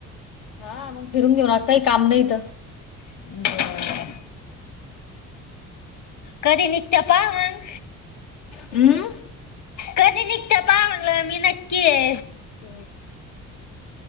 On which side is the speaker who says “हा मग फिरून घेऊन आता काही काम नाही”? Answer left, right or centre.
Left